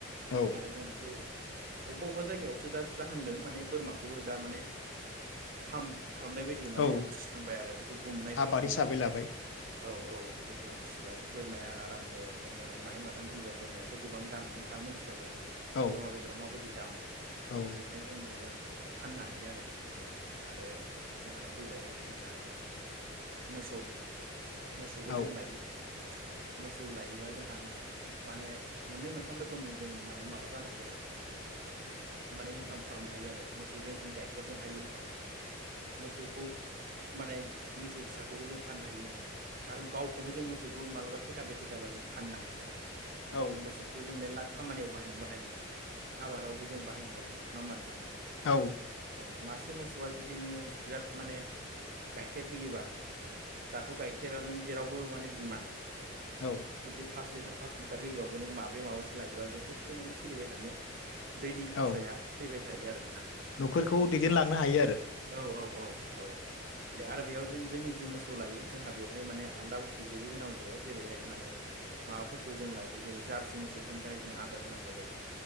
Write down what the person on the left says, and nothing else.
औ
औ
आबाद हिसाबै लाबाय
औ
औ
औ
औ
औ।
औ
औ
न'खरखौ दैदेनलांनो हायो आरो।